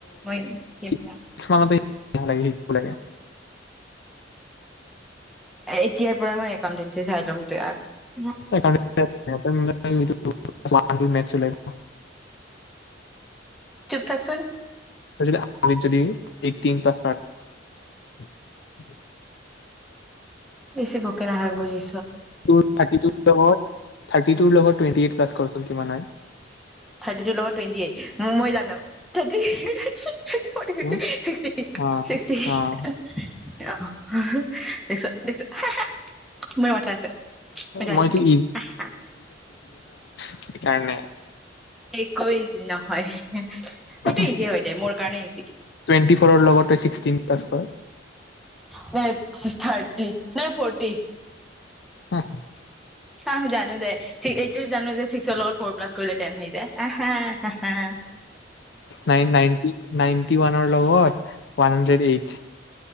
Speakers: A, in the centre; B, on the left (about 65°).
A: মই শিকিম
B: <unintelligible>
A: না
B: ন লাগে শো লাগে
A: এতিয়াৰ পৰা মই একাউটেঞ্চ চাই লম ত <unintelligible>
B: ত <unintelligible> সিহঁতৰ মানে মে চলাই <unintelligible>
A: চুপ থাকচোন
B: যদি আ যদি এইটিন প্লাছ <unintelligible>
A: বেচি বকি নাথাক বুচি
B: তোৰ থাৰ্টিতু যাব, থাৰ্টি টু লগত টুৱেন্টী এইড্ প্লাছ কৰ ন কিমান হয়
A: থাৰ্টি টু লগত টুৱেণ্টি এইট <unintelligible>
B: অ অ', অ', মই তোক সেই কাৰণে
A: একো ইজি নহয় সেইটো
B: টুৱেন্টি
A: ইজি হয় দে মোৰ কাৰণে ইজি
B: ফৰৰ লগতে ছিক্সটিন প্লাচ কৰ।
A: ন থাৰ্টি নে ফৰ্টি
B: অ',
A: হ জানো দে এইটো জানো যে ছিক্সৰ লগত ফ'ৰ প্লাছ কৰিলে টেন হৈ যায় অ'হে- হে-হে।
B: নাইন নাইনটি -নাইনটি ওৱানৰ লগত।। ওৱান হাণ্ড্ৰেড এইট